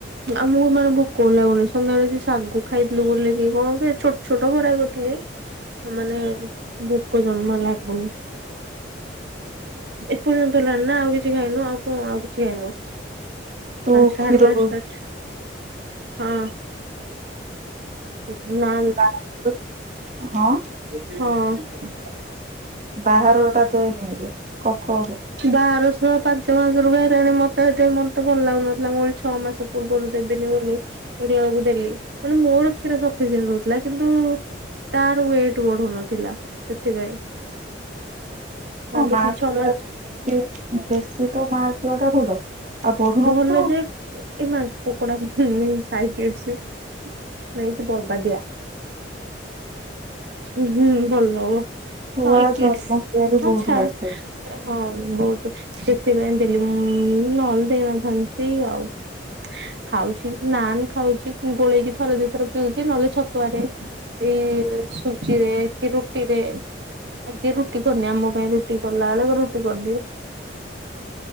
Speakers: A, on the right; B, on the right.
A: ଆମକୁ ମାନେ ଭୋକ ଲାଗୁନି ସନ୍ଧ୍ୟାବେଳେ ସେ ଶାଗୁ ଖାଇଥିଲୁ ବୋଲିକି କଣ ଯେ, ଛୋ ଛୋଟ ବରା କରିଥିଲି। ମାନେ ଭୋକ ଜମା ଲାଗୁନି। ଏପର୍ଯ୍ୟନ୍ତ ହେଲାଣି ନା ଆଉ କିଛି ଖାଇନୁ ଆଉ କଣ ଆଉ କିଛି ଖାଇନୁ।
B: ତୁ
A: ପାଞ୍ଚଟା
B: କ୍ଷୀର
A: ସାଢ଼େ
B: ଦଉଛୁ
A: ପାଞ୍ଚଟା ହଁ। ଯିବି ନା
B: ବାହାରକୁ ହଁ
A: ହଁ
B: ବାହାର ରୋଟା ଦେନି ଏବେ କଫ ହେବ।
A: ବାରଶହ ପାଞ୍ଚ ମାସକୁ ଏଇରା ମତେ ଏତେ ମତେ ଭଲ ଲାଗୁନଥିଲା ମୁଁ କହିଲି ଛଅ ମାସକୁ। ପୂର୍ବରୁ ଦେବିନି ବୋଲି ଦେଖିଲା ବେଳକୁ ଦେଲି ମାନେ ମୋର କ୍ଷୀର ସଫିସେଣ୍ଟ ହଉଥିଲା କିନ୍ତୁ ତାର ୱେଟ ବଢୁନଥିଲା ସେଥିପାଇଁ। ଭାବିଥିଲି
B: ହଁ ମା
A: ଛଅ
B: କ୍ଷୀର
A: ମାସ
B: ବି ବେଶୀ ତ ମା କ୍ଷୀର ଟା ଭଲ। ଆଉ ବଢୁ ନଥିଲା
A: ଭଲ ଲେ
B: କଣ
A: ଯେ ଏ ମା ପକୋଡା ସାଇକଡସି ନେଇକି ବର୍ବା ଦିଆ। ହୁ ହୁଁ ଭଲ ନୁହଁ
B: ଛୁଆ
A: ସାଇକିଡସ୍
B: ଜନ୍ମ କରିବା ବି
A: ହଁ
B: ବହୁତ
A: ଛାଡ୍।
B: କଷ୍ଟ।
A: ଆରେ ହଁ ବହୁତ ସେଥିପାଇଁ ଦେଲି ମୁଁ ନହଲେ ଦେଇନଥାନ୍ତି ଆଉ। ଖାଉଛି ନାନ ଖାଉଛି ଗୋଳେଇକି ଥରେ ଦିଇ ଥର ପିଉଛି ନହେଲେ ଛତୁଆରେ ଏଇ ସୁଜିରେ କି ରୁଟିରେ। ଆଜି ରୁଟି କରନି ଆମ ପାଇଁ ରୁଟି କଲା ବେଳକୁ ରୁଟି କରିଦିଏ।